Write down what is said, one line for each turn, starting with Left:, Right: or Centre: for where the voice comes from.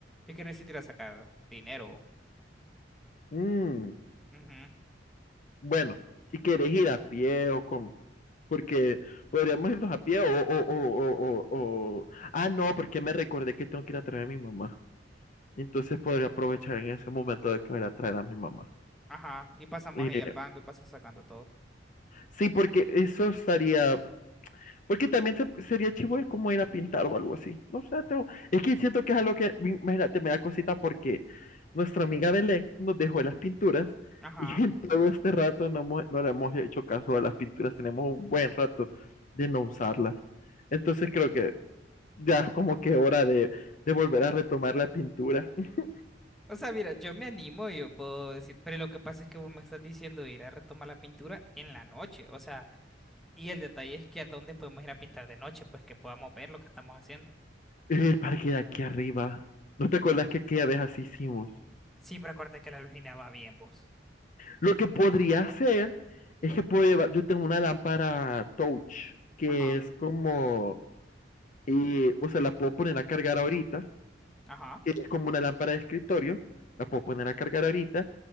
Centre: es que necesito ir a sacar dinero.
Left: Mm,
Centre: Ujú.
Left: bueno, ¿y quieres ir a pie o cómo? Porque podríamos irnos
Centre: Mm.
Left: a pie o, o, o, o, o- o- Ah, no, porque me recordé que tengo que ir a traer a mi mamá. Entonces podría aprovechar en ese momento de que voy a ir a traer a mi mamá.
Centre: Ajá. Y pasamos
Left: Eh,
Centre: ahí al banco y paso sacando todo.
Left: Sí, porque eso estaría. Porque también se- sería chivo de cómo ir a pintar o algo así. No sé, tengo- es que siento que es algo que, imagínate, me da cosita porque nuestra amiga Belén nos dejó las pinturas
Centre: Ajá.
Left: y <laughs> en todo este rato no, hemos- no le hemos hecho caso a las pinturas. Tenemos un buen rato de no usarlas. Entonces creo que ya es como que hora de, de volver a retomar la pintura. <laughs>
Centre: O sea, mira, yo me animo, yo puedo decir, pero lo que pasa es que vos me estás diciendo de ir a retomar la pintura en la noche. O sea, y el detalle es que a dónde podemos ir a pintar de noche, pues que podamos ver lo que estamos haciendo.
Left: El parque de aquí arriba. ¿No te acuerdas que aquella vez así hicimos?
Centre: Sí, pero acuérdate que la luna va bien, vos.
Left: Lo que podría hacer es que puedo llevar, yo tengo una lámpara touch que
Centre: Ajá.
Left: es como, eh, o sea, la puedo poner a cargar ahorita,
Centre: Ajá.
Left: que es como una lámpara de escritorio, la puedo poner a cargar ahorita